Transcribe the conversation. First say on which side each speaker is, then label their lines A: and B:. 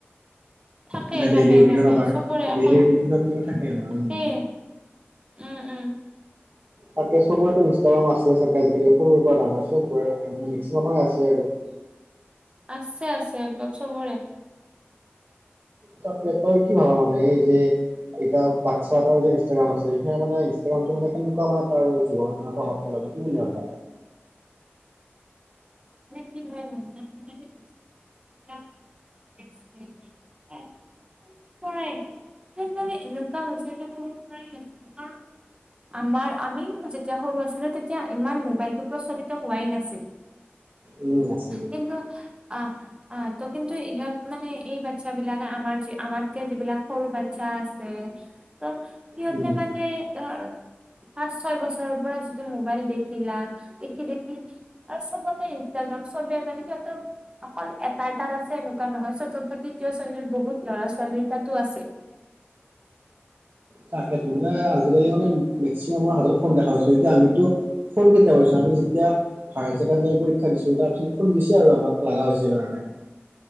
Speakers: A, on the right (about 25°); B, on the right (about 50°).
A: থাকেই
B: মানে
A: থাকেই
B: ডেইলি ৰুটিনত
A: থাকে
B: আমাৰ
A: চবৰে
B: ডেইলি
A: অকল
B: ৰুটিনখনত মানে থাকে
A: থাকেই।
B: আমাৰ উম।
A: উম উম
B: তাকে চবৰেটো ইনষ্টাগ্ৰাম আছে চাগে আজিকালি সৰু পৰা ডাঙৰ চবৰে থাকে মানে মেকচিমামৰে আছে আৰু,
A: আছে আছে একদম চবৰে।
B: তাক তই কি ভাবা মানে এই যে, এতিয়া বাচ্ছা এটাৰো যে ইনষ্টাগ্ৰাম আছে এতিয়া মানে ইনষ্টাগ্ৰামতো মানে কেনেকুৱা মানে তাৰ জীৱনত প্ৰভাৱ, পেলাব কি বুলি ভাবা?
A: কি হয় মানে আজিকালি <unintelligible> উম <unintelligible> কৰেই সাত মানে এনেকুৱা হৈছে যে <unintelligible> আমাৰ আমি যেতিয়া সৰু আছিলো তেতিয়া ইমান মোবাইলটো প্ৰচলিত হোৱাই নাছিল।
B: উম আছিলে।
A: কিন্তু আ আ ত কিন্তু ইহঁত, মানে এই বাচ্ছা বিলাকে আমাৰ য আমাতকে যিবিলাক সৰু বাচ্ছা আছে ত, সিহঁতে
B: উম
A: মানে ধৰ, পাঁচ ছয় বছৰৰ পৰা যিটো মোবাইল দেখিলা দেখি দেখি আৰু চবত, টে ইনষ্টাগ্ৰাম চবে মানে সিহঁতৰ, অকল এটা এটাত আছে এনেকুৱা নহয় চতুৰ্থ তৃতীয় শ্ৰেণীৰ বহুত ল'ৰা ছোৱালী তাতো আছে।
B: তাকেতো মানে আজিকালি মানে মেক্সিমামৰ হাততে ফোন দেখা পাইছো এতিয়া আমিতো। ফোন কেতিয়া কৰিছো আমি যেতিয়া, হায়াৰ ছেকেণ্ডাৰী পৰীক্ষা দিছো তাৰপিছত দিছে আৰু আমাক লাগা হৈছে কাৰণে।